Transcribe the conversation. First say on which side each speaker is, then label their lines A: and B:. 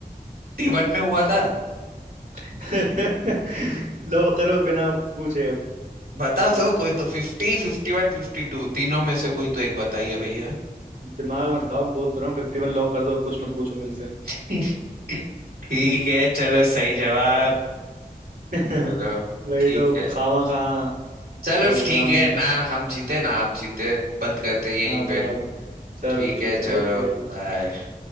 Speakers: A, on the right; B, on the right.
A: 51 में हुआ था
B: <laughs> लॉक करो बिना पूछे
A: बताओ तो कोई तो 50 51 52 तीनों में से कोई
B: अब
A: तो एक बताइए भैया
B: दिमाग मत खाओ बोल तो रहा हूँ फिफ्टी वन लॉक कर दो अब कुछ मत पूछो मेरे से
A: <laughs> ठीक है चलो सही जवाब
B: <laughs>
A: चलो
B: वही
A: ठीक
B: तो
A: है
B: खामा खा
A: चलो
B: बदनाम
A: ठीक है ना हम जीते ना आप जीते बंद करते हैं यहीं
B: हाँ
A: पे
B: बराबर चलो
A: ठीक
B: ठीक
A: है
B: है
A: चलो
B: ओके
A: बाय